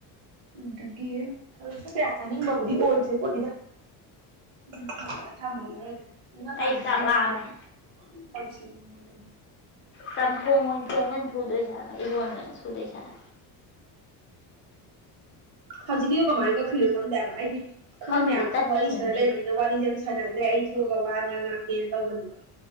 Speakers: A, on the right; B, on the left.
A: ꯑꯗꯨꯗꯒꯤ ꯊꯔꯁꯨ ꯀꯌꯥ ꯆꯥꯅꯤꯡꯕꯕꯨꯗꯤ ꯑꯣꯏꯗ꯭ꯦ ꯄꯣꯠꯅꯤꯗ ꯎ ꯊꯂꯑꯒ ꯊꯥꯃꯜꯔ ꯅꯉꯀꯥꯟꯗꯗꯤ
B: ꯑꯩ ꯆꯥꯛ ꯂꯥꯝꯃꯦ
A: ꯑꯗꯨ ꯇꯧꯁꯟꯅꯤꯡꯕꯗ
B: ꯆ ꯊꯣꯡꯉ ꯊꯣꯡꯕꯅ ꯊꯨꯗꯣꯏꯁꯥꯒ ꯏꯔꯣꯟꯕꯅ ꯁꯨꯗꯣꯏꯁꯥꯔ
A: ꯍꯧꯖꯤ ꯀ ꯀꯃꯅꯤ ꯀꯣ ꯐꯤꯔ ꯊꯅꯗꯕ ꯑꯩꯗꯤ ꯑꯩꯈꯣꯏ
B: ꯈꯪꯗꯦ
A: ꯃꯌꯥꯝ ꯁ
B: ꯇꯠꯈꯤꯔꯝꯃꯦ
A: ꯋꯥꯔꯤ ꯁꯥꯟꯅ ꯂꯩꯕꯅꯤꯅ ꯋꯥꯔꯤꯁꯦ ꯌꯥꯝ ꯁꯥꯟꯅꯗ꯭ꯔꯦ ꯑꯩ ꯊꯣꯛꯑꯒ ꯋꯥꯅ ꯉꯥꯛꯀꯦꯅ ꯇꯧꯕꯅꯦꯕ